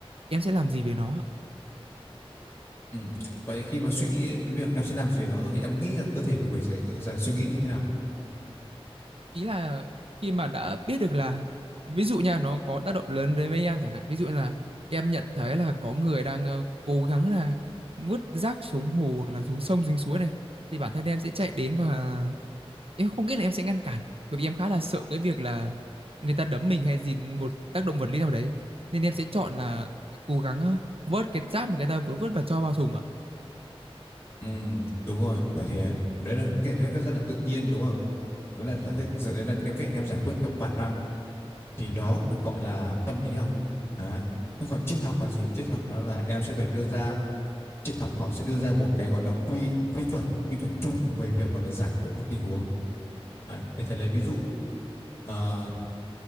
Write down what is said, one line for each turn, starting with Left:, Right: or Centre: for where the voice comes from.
Right: em sẽ làm gì về nó ạ.
Left: Ừ. Vậy thì khi mà suy nghĩ đến việc em sẽ làm gì đó rồi thì em nghĩ rằng cơ thể của mình sẽ ừ, giải suy nghĩ như thế nào?
Right: ý là khi mà đã biết được là ví dụ nha nó có tác động lớn đến với em chẳng hạn ví dụ là em nhận thấy là có người đang ờ, cố gắng là vứt rác xuống hồ hoặc là xuống sông xuống suối này thì bản thân em sẽ chạy đến và em không nghĩ là em sẽ ngăn cản bởi vì em khá là sợ cái việc là người ta đấm mình hay gì một tác động vật lý nào đấy nên em sẽ chọn là cố gắng ờ, vớt cái rác mà người ta vừa vứt và cho vào thùng ạ
Left: Ừ, đúng rồi. Vậy thì đấy là cái giải thích rất là tự nhiên đúng không? Đó là giải thích đấy là em cách em giải quyết theo bản năng thì đó được gọi là tâm lý học đấy. thế còn triết học là gì triết học nó là em sẽ phải đưa ra triết học họ sẽ đưa ra một cái gọi là quy quy chuẩn quy chuẩn chung về việc gọi là giải quyết một tình huống đấy. để thầy lấy ví dụ à,